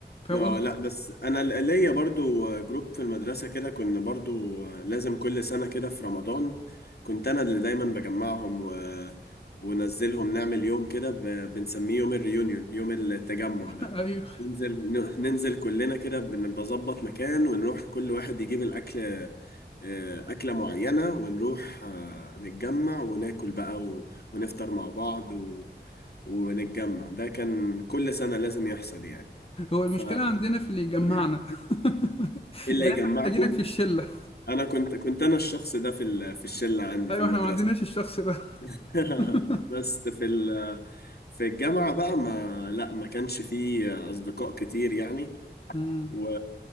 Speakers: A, on the left; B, on the left.
A: فاهم
B: اه
A: قصدي
B: لا بس انا ل- ليا برضو جروب في المدرسة كده كنا برضو لازم كل سنة كده في رمضان كنت انا اللي دايما بجمعهم و... ونزلهم نعمل يوم كده ب... بنسميه يوم الريونيون يوم التجمع
A: <laughs>
B: ده
A: ايوه
B: ننزل ن- ننزل كلنا كده بن- بظبط مكان ونروح كل واحد يجيب الأكل آه، أكلة معينة ونروح آه، نتجمع وناكل بقى و... ونفطر مع بعض و... ونتجمع ده كان كل سنة لازم يحصل يعني
A: هو المشكله
B: ف
A: عندنا في اللي يجمعنا
B: <laughs>
A: <laughs>
B: إيه اللي
A: يعني
B: يجمعكم
A: احنا محتاجينك في الشله
B: انا كنت كنت انا الشخص ده في ال... في الشله عندي
A: ايوه
B: في المدرسه
A: احنا ما عندناش الشخص ده
B: <laughs>
A: <laughs>
B: بس في ال... في الجامعه بقى ما لا ما كانش فيه اصدقاء كتير يعني
A: مم.
B: و...